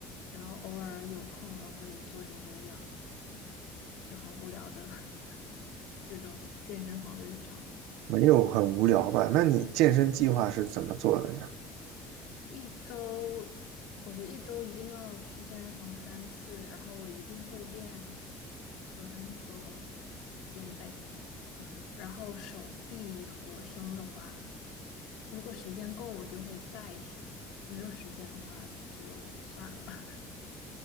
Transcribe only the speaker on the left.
然后偶尔有空了会做点有氧，就很无聊的 <laughs> 这种健身房的日常。
一周，我觉得一周一定要去健身房三次，然后我一定会练臀和肩背。嗯，然后手臂和胸的话，如果时间够，我就会带一下；没有时间的话，就算了。<laughs>